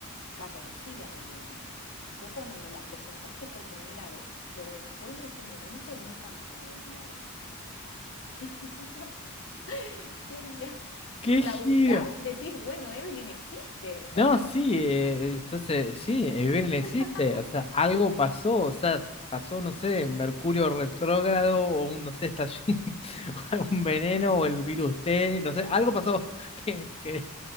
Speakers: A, on the left; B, on the left.
A: la conocí a Evelyn y fue cuando me la presentaste por primera vez, pero después de ese momento nunca más la volví a ver. <laughs> ¿Qué harías?
B: ¡Qué
A: ¿La
B: giro!
A: buscas? Decís, bueno, Evelyn existe
B: No,
A: o no.
B: sí, eh, entonces sí, Evelyn
A: <laughs>
B: existe, o sea, algo pasó, o sea, pasó, no sé, Mercurio retrógrado o un, no sé, estalló <laughs> un veneno o el virus T, no sé, algo pasó <laughs> que, que,